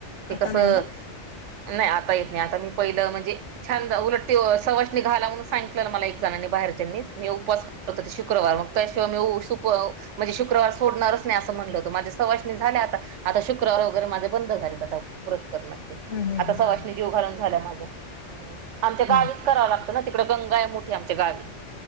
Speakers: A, on the right; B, on the left.
A: ते
B: आता
A: कसं
B: नाही ना
A: नाही आता येत नाय, आता मी पहिलं म्हणजे, ते छान उलट ते सवासनी घाला म्हणून सांगितलं मला एक जणानी बाहेरच्यांनीच मी उपवास होतं‌ ते शुक्रवार मग त्याशिवाय मी उ सुप म्हणजे शुक्रवार सोडणारच नाही असं म्हणलं‌ होतं, माझ्या सवाष्णी झाल्या आता आता शुक्रवार वार वैगेरे माझे बंद झालेत आता व्रत करणं ते,
B: हम्म हम्म
A: आता सावशनी
B: हा
A: झाल्या माझ्या ह्म्म, आमच्या गावीच
B: ह
A: करावं लागतं ना तिकडे गंगा आहे मोठी आमच्या गावी.